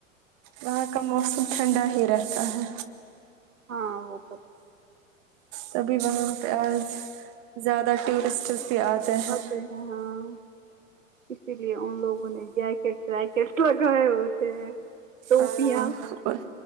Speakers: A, on the right; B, on the right.
A: وہاں کا موسم ٹھنڈا ہی رہتا ہے
B: ہاں وہک
A: تب ہی وہاں پہ آج زیادہ ٹورسٹس بھی ہیں
B: اتے ہیں ہاں اسی لیے ان لوگوں نے جیکٹ ویکٹ لگائے ہوئے تھے ٹوپیاں
A: ہاں